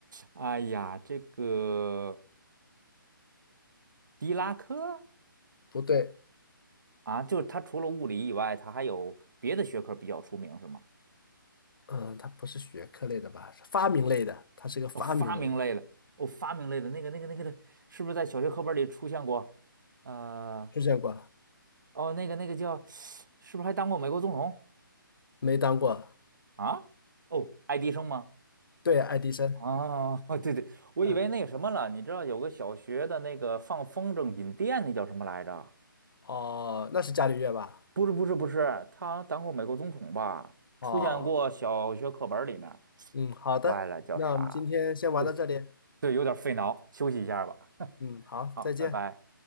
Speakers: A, on the right (about 60°); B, on the left (about 70°).
A: 哎呀，这个狄拉克
B: 不对，
A: 啊，就是他除了物理以外，他还有别的学科比较出名是吗？
B: 嗯，他不是学科类的吧？是发明类的，他是个发明类的，
A: 哦，发明类的，哦，发明类的那个那个那个的，是不是在小学课本里出现过？呃，
B: 出现过，
A: 哦，那个那个叫，是不是还当过美国总统
B: 没当过。
A: 啊？哦，爱迪生吗？
B: 对，爱迪生，
A: 啊，<laughs> 对对，我以为那个什么了，
B: 嗯，
A: 你知道有个小学的那个放风筝引电，那叫什么来着？
B: 哦，那是伽利略吧？
A: 不是不是不是，他当过美国总统吧？
B: 哦，
A: 出现过小学课本里面，
B: 嗯，好的，
A: 坏了，叫啥？
B: 那我们今天先玩到这里，
A: 对对，有点费脑，休息一下吧。
B: 嗯，好，
A: 好，
B: 再见。
A: 拜拜。